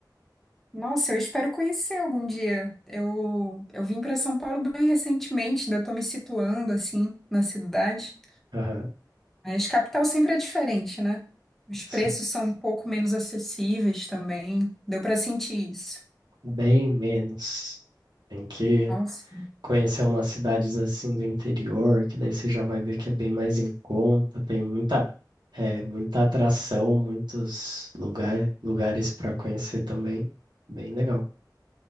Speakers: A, in the centre; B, on the right.
A: Nossa, eu espero conhecer algum dia. Eu, eu vim para São Paulo bem recentemente, ainda tô me situando assim na cidade.
B: Aham,
A: Mas capital sempre é diferente, né? Os
B: sim,
A: preços são um pouco menos acessíveis também. Deu para sentir isso.
B: Bem menos. Tem que
A: Nossa,
B: conhecer umas cidades assim do interior, que daí você já vai ver que é bem mais em conta, tem muita, é, muita atração, muitos lugar, lugares para conhecer também. Bem legal.